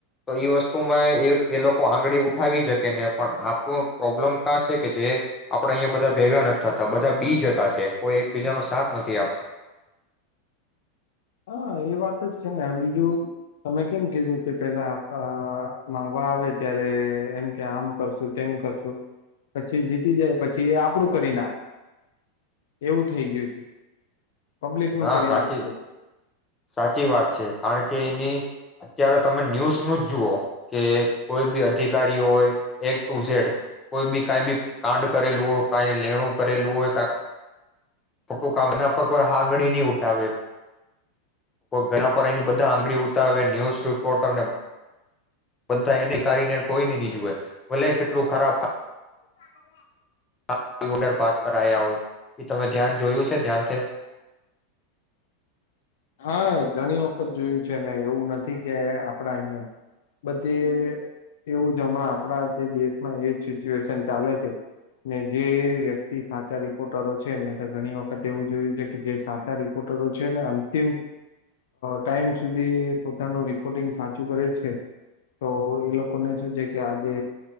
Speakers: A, on the left; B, on the left.
A: તો એ વસ્તુમાં એ એ લોકો આંગળી ઉઠાવી શકે ને પણ આપણું પ્રોબ્લેમ કાં છે કે જે આપણે અહીંયા બધા ભેગા નથી થતા બધા બી જતા છે કોઈ એકબીજાનો સાથ નથી આપતા.
B: હા એ વાત જ છે ને બીજું તમે કેમ કીધું કે પેલા માંગવા આવે ત્યારે એમ કે આમ કરશું તેમ કરશું પછી જીતી જાય પછી એ આપડું કરી નાખે એવું થઈ ગયું છે. પબ્લિક નું
A: ના
B: કરી
A: સાચી
B: નાથે.
A: સાચી વાત છે કારણ કે એની અત્યારે તમે ન્યૂઝ નું જ જુઓ કે કોઈ બી અધિકારી હોય એક ટુ ઝેડ કોઈ બી કઈ બી કાંડ કરેલું. કઈ લેણું કરેલું હોય કા ખોટુંક એના પર કોઈ આંગળી નહી ઉઠાવે ઘના પર એની બધા આંગળી ઉઠાવે ન્યૂઝ રિપોર્ટરને બધા એની કારને કોઈ ન નહી જોય ભલે કેટલું ખરાબ
B: <inaudible>
A: હ કોઈ ઓર્ડર પાસ કર આયા હો એ તમે ધ્યાન જોયું છે ધ્યાનથી.
B: હા ઘણી વખત જોયું છે ને એવું નથી કે આપડા એમે બધે એવું જ હમણાં આપડા જે દેશમાં એ જ સિચ્યુએશન ચાલે છે ને જે વ્યક્તિ સાચા રિપોર્ટરો છે મેં તો ઘણી વખત એવું જોયું છે કે જે સાચા રિપોર્ટરો છે ને અંતિમ ટાઈમ સુધી પોતાનું રિપોર્ટિંગ સાચું કરે છે તો એ લોકોને શું છે કે આજે